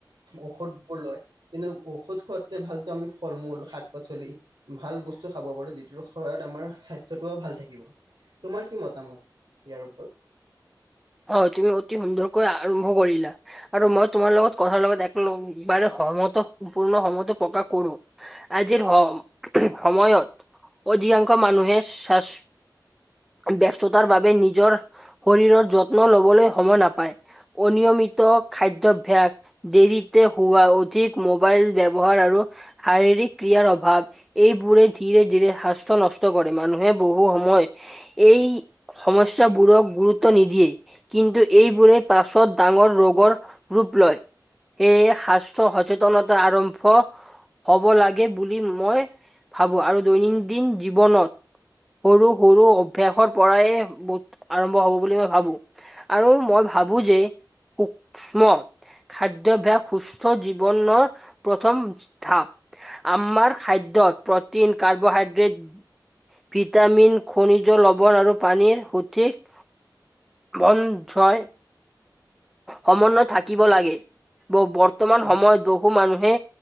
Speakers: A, on the right; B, in the centre.
A: ঔষধ বোৰ লয়। কিন্তু ঔষধ খোৱাতকে ভালতে আমি ফল-মূল, শাক-পাচলি ভাল বস্তু খাব পাৰোঁ যিটোৰ সহায়ত আমাৰ স্বাস্থ্যটোও ভাল থাকিব। তোমাৰ কি মতামত ইয়াৰ ওপৰত?
B: অঁ! তুমি অতি সুন্দৰকৈ আৰম্ভ কৰিলা। আৰু মই তোমাৰ লগত কথাৰ লগত এক লকবাৰে সহমত সম্পূৰ্ণ সহমত প্ৰকাশ কৰোঁ। আজিৰ সম সময়ত অধিকাংশ মানুহে চাচ ব্যস্ততাৰ বাবে নিজৰ শৰীৰৰ যত্ন লবলৈ সময় নাপায়। অনিয়মিত <unintelligible> খাদ্য অভ্যাস, দেৰিতে শোৱা, অধিক মোবাইল ব্যৱহাৰ আৰু শাৰীৰিক ক্ৰিয়াৰ অভাৱ এইবোৰে ধীৰে-ধীৰে স্বাস্থ্য নষ্ট অনিষ্ট কৰে। মানুহে বহু সময় এই সমস্যা বোৰক গুৰুত্ব নিদিয়ে কিন্তু এইবোৰে পাছত ডাঙৰ ৰোগৰ ৰূপ লয়। এই সাস্থ্য সচেতনতা আৰম্ভ হ'ব লাগে বুলি মই ভাবোঁ আৰু দৈনন্দিন জীৱনত সৰু সৰু অভ্যাসৰ পৰাই বুধ আৰম্ভ হ'ব বুলি মই ভাবোঁ। আৰু মই ভাবোঁ যে সূক্ষ্ম খাদ্যাভ্যাস সুস্থ জীৱনৰ প্ৰথম থাপ আমাৰ খাদ্যত প্ৰ'টিন, কাৰ্বহাইড্ৰেট ভিটামিন, খনিজ, লৱণ আৰু পানীৰ সঠিক মন জয় সমন্নয় থাকিব লাগে। ব-বৰ্তমান
A: হয়
B: সময়ত বহু মানুহে